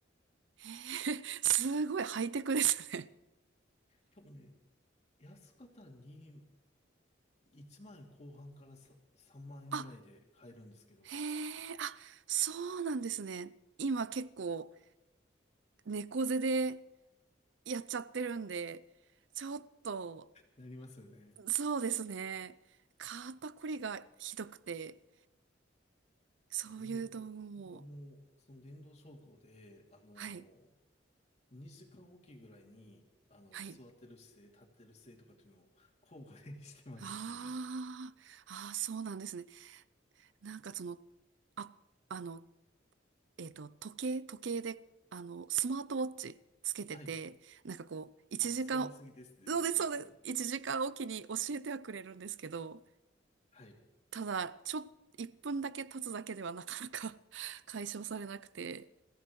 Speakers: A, on the right; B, on the left.
A: へえ、すごいハイテクですね。
B: 多分ね、安方に1万円後半からさ3万円ぐらいで買えるんですけど、
A: あ、へえ、あ、そうなんですね。今結構猫背でやっちゃってるんで、ちょっと、
B: なりますよね。
A: そうですね。肩こりがひどくて、そういう道具も、
B: いや、なので僕はもう、その電動昇降で、あの
A: はい、
B: ー、2時間おきぐらいに、あの、
A: はい。
B: 座ってる姿勢、立ってる姿勢とかっていうのを交互で <laughs> してますし、
A: ああ、ああ、そうなんですね。なんかその、あ、あの、えっと、時計、時計で、あの、スマートウォッチつけてて、
B: はい。
A: なんかこう、1時間、
B: あ、座りすぎですってやつですよね。
A: そうです、そうです。1時間おきに教えてはくれるんですけど、
B: はい。
A: ただ、ちょっ、1分だけ経つだけではなかなか <laughs> 解消されなくて、